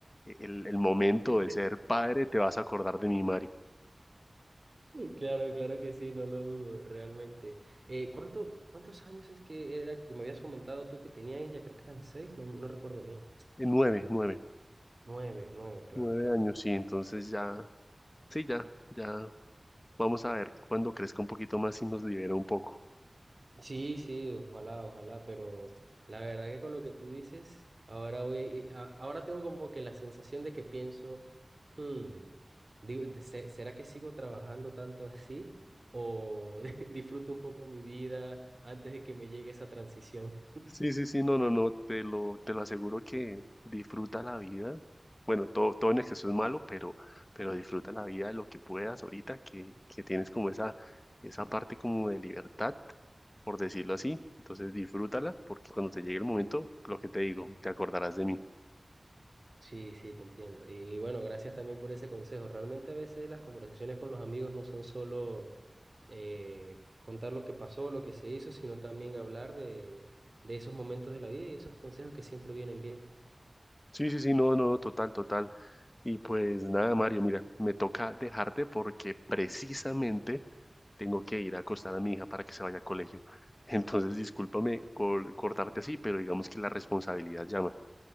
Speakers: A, on the left (about 30°); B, on the right (about 50°).
A: eh, el, el momento
B: <laughs>
A: de ser padre te vas a acordar de mi Mario.
B: Claro, claro que sí, no lo dudo, realmente. Eh, ¿cuánto, cuántos años es que era que me habías comentado tú que tenía ella? Creo que eran seis, no, no recuerdo bien.
A: Eh, Nueve, nueve.
B: Nueve, nueve, claro,
A: Nueve
B: claro.
A: años, sí, entonces ya, sí, ya, ya, vamos a ver cuando crezca un poquito más y nos libera un poco.
B: Sí, sí, ojalá, ojalá, pero la verdad que con lo que tú dices, ahora voy, eh, a- ahora tengo como que la sensación de que pienso, hmm, digo, de- se- ¿será que sigo trabajando tanto así o <laughs> disfruto un poco mi vida antes de que me llegue esa transición?
A: Sí, sí, sí, no, no, no, te lo, te lo aseguro que disfruta la vida. Bueno, todo, todo en exceso es malo, pero, pero disfruta la vida de lo que puedas ahorita, que, que tienes como esa, esa parte como de libertad, por decirlo así. Entonces disfrútala, porque cuando te llegue el momento, lo que te digo, te acordarás de mí.
B: Sí, sí, te entiendo. Y, y bueno, gracias también por ese consejo. Realmente a veces las conversaciones con los amigos no son solo eh, contar lo que pasó, lo que se hizo, sino también hablar de, de esos momentos de la vida y esos consejos que siempre vienen bien.
A: Sí, sí, sí, no, no, no total, total. Y pues nada, Mario,
B: Sí,
A: mira, me toca dejarte porque precisamente tengo que ir a acostar a mi hija para que se vaya al colegio. <laughs> Entonces, discúlpame col- cortarte así, pero digamos que la responsabilidad llama.